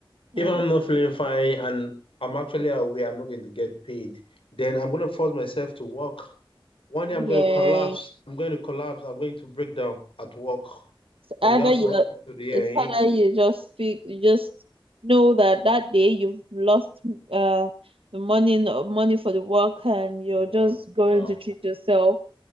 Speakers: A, on the left; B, on the right.
A: if
B: Mm.
A: I'm not feeling fine and I'm actually aware I'm not going to get paid, then I'm going to force myself to work. One day I'm
B: Yeah,
A: going to collapse.
B: it's
A: I'm going to collapse. I'm going to break down at work, and
B: either
A: you have
B: you,
A: to run me to the
B: it's
A: A and
B: either
A: e
B: you just feel, you just know that that day you've lost uh the money money for the work and you're
A: Oh, No,
B: just going
A: no.
B: to treat yourself.